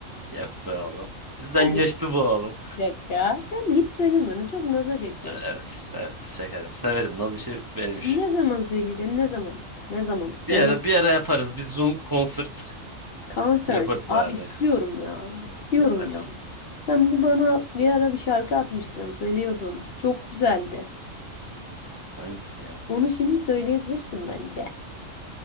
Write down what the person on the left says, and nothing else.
Hadi
yapacak ya. Sen de hiç söylemiyorsun. Çok naza çekiyorsun.
Ne zaman söyleyeceksin? Ne zaman? Ne zaman? Söyle
Konsert.
Abi
istiyorum ya. İstiyorum
ya. Sen bir bana bir ara bir şarkı atmıştın, söylüyordun. Çok güzeldi.
Onu şimdi söyleyebilirsin bence.